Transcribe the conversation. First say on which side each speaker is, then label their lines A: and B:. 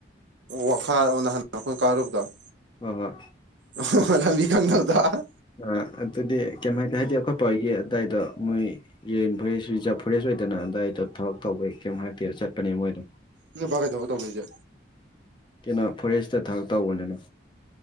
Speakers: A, on the right (about 75°); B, on the left (about 25°).
A: ꯋꯥꯈꯥ ꯅ ꯍꯥꯟ ꯑꯩꯈꯣꯏ ꯀꯥꯔꯨꯕꯗꫭ
B: ꯍꯣꯏ ꯍꯣꯏ
A: ꯑꯣ ꯍ ꯍ ꯂꯝꯕꯤ ꯀꯪꯗꯕꯗꯣ
B: ꯑ ꯑꯗꯨꯗꯤ ꯀꯩꯥꯏ ꯇꯦ ꯍꯥꯏꯗꯤ ꯑꯩꯈꯣꯏ ꯄꯥꯍꫭꯏꯒꯤ ꯑꯗꯨꯋꯥꯏꯗꯣ ꯃꯣꯏ ꯔꯦꯟ ꯐꯣꯔꯦꯁ ꯔꯤꯖꯥꯚ ꯐꯣꯔꯦꯁ ꯑꯣꯏꯗꯅ ꯑꯗꯨꯗꯥꯏꯗꯣ ꯊꯕꯛ ꯇꯧꯕꯩ ꯀꯩꯝ ꯍꯥꯏꯥꯛꯇꯦ ꯆꯠꯄꯅꯦ ꯃꯣꯏꯗꯣ
A: ꯅꯣꯏ ꯕꯥ ꯀꯩꯗꯧꯕ ꯇꯧꯗꯣꯏꯁꯦ
B: ꯀꯩꯅꯣ ꯐꯣꯔꯦꯁꯇ ꯊꯕꯛ ꯇꯧꯕꯅꯤꯅ